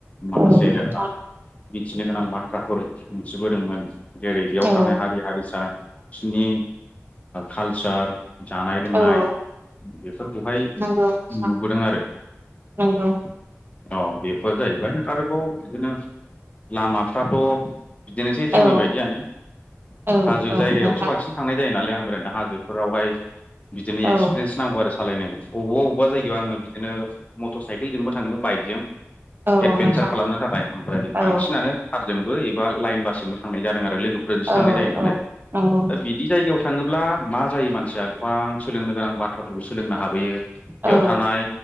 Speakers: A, on the left (about 25°); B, on the right (about 45°).
A: माखासे
B: औ नोंथां
A: आ मिथिनो गोनां बाथ्राफोर मोनथिबोदोंमोन जेरै बेयाव
B: औ
A: थानाय हारि हारिसा फिनि कालसार जानाय लोंनाय
B: औ
A: बेफोरखौहाय
B: नंगौ नोंथां
A: नुबोदों आरो
B: नंगौ
A: औ बेफोर जाहैबाय आरोबाव बिदिनो लामाफ्राथ बिदिनोसै जोंनि
B: औ
A: बायदियानो
B: औ
A: हाजो जायगायावसो
B: नोंथां
A: बांसिन थांनाय जायो नालाय आं बेरायनो हाजोफोरावहाय बिदिनो
B: औ
A: एक्सपिरियेन्स नांगौ आरो सालायनाय अबावबा अबावबा जगायाव आङो बिदिनो मटर साइकेलजोंबो थाङो बाइकजों
B: औ
A: एडभेन्सार
B: नोंथां
A: खालामनो थाखाय ओमफ्राय
B: औ
A: बांसिनानो कारजोंबो एबा लाइन बासजोंबो थांनाय जादों आरो लोगोफोरसो
B: औ
A: थांनाय जायो नालाय
B: नंगौ
A: दा बिदि जायगायाव थाङोब्ला मा जायो मानसिया गोबां सोलोंनो गोनां बाथ्राफोरखौ सोलोंनो हाब बोयो बेयाव
B: औ
A: थानाय